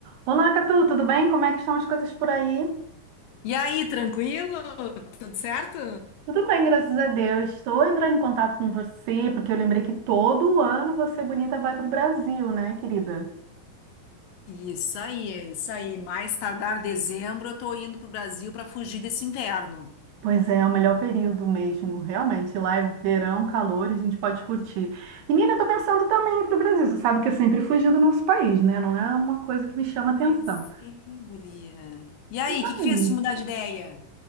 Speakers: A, on the right; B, on the left.
A: Olá, Catu, tudo bem? Como é que estão as coisas por aí?
B: E aí, tranquilo? Tudo certo?
A: Tudo bem, graças a Deus. Estou entrando em contato com você porque eu lembrei que todo ano você bonita vai para o Brasil, né, querida?
B: Isso aí, isso aí. Mais tardar dezembro, eu tô indo pro Brasil para fugir desse inverno.
A: Pois é, é o melhor período mesmo, realmente. Lá é verão, calor, a gente pode curtir. Menina, estou pensando também em ir para o Brasil. Você sabe que eu sempre fugi do nosso país, né? Não é uma coisa que me chama atenção.
B: Pois é, guria. E aí, o
A: Ai,
B: que que fez te mudar de ideia?